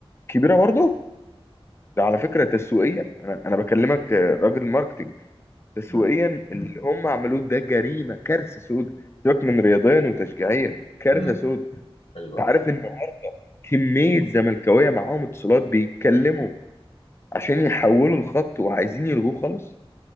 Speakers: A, on the left (about 25°); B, on the left (about 85°).
A: كبيرة برضه ده على فكرة تسويقيا انا انا بكلمك آه، راجل ماركتينج تسويقيا
B: مم.
A: اللي هم عملوه ده جريمة كارثة سود سيبك من رياضيا وتشجيعيا كارثة
B: مم.
A: سود انت
B: ايوه
A: عارف ان كمية زملكاوية معاهم اتصالات بيتكلموا عشان يحولوا الخط وعايزين يلغوه خالص